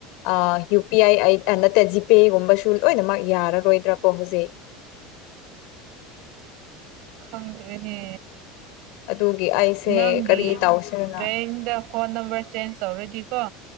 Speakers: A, on the left; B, on the right.
A: ꯑꯥ ꯌꯨ ꯄꯤ ꯑꯥꯏ ꯅꯠꯇꯦ ꯖꯤꯄꯦꯒꯨꯝꯕꯁꯨ ꯂꯣꯏꯅꯃꯛ ꯌꯥꯔꯔꯣꯏꯗ꯭ꯔꯥ ꯀꯣ ꯍꯧꯖꯤꯛ
B: ꯈꯪꯗ꯭ꯔꯦꯅꯦ
A: ꯑꯗꯨꯒꯤ ꯑꯩꯁꯦ
B: ꯅꯪꯒꯤ
A: ꯀꯔꯤ ꯇꯧꯁꯤꯔꯅ
B: ꯕꯦꯡꯗ ꯐꯣꯟ ꯅꯝꯕꯔ ꯆꯦꯟꯖ ꯇꯧꯔꯗꯤꯀꯣ